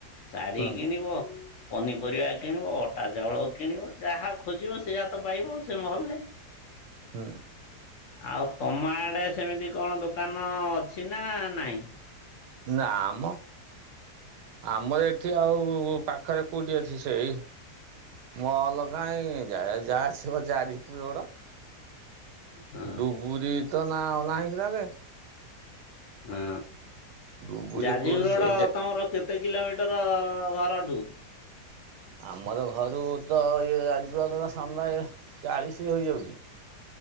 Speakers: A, on the left; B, on the right.
A: ଶାଢୀ
B: ହୁଁ
A: କିଣିବ, ପନିପରିବା କିଣିବ, ଅଟା, ଚାଉଳ କିଣିବ ଯାହା ଖୋଜିବ ସେଇଆ ତ ପାଇବ ସେ ମହଲରେ।
B: ହଁ।
A: ଆଉ ତମ ଆଡେ ସେମିତି କଣ ଦୋକାନ ଅଛି ନା ନାଇଁ?
B: ନା ଆମ ଆମର ଏଠି ଆଉ ପା ଖରେ କୁଦି ଅଛି ସେଇ ମଲ କାଇଁ ଯା ଯାହାସିବ ଚାରି ପୁର ଗୋଡ। <unintelligible>
A: ହଁ ହଁ
B: ଡୁବୁରି
A: ଯାଜପୁର
B: କହୁଛି ସେଇ
A: ରୋଡ
B: ଯେ
A: ତମର କେତେ କିଲୋମିଟର ଘରଠୁ।
B: ଆମର ଘରୁ ତ ଇଏ ଆଜି ପାନ୍ତ ସାମ୍ନା ଏ ଚାଳିଶ ହୋଇଯାଉଛି।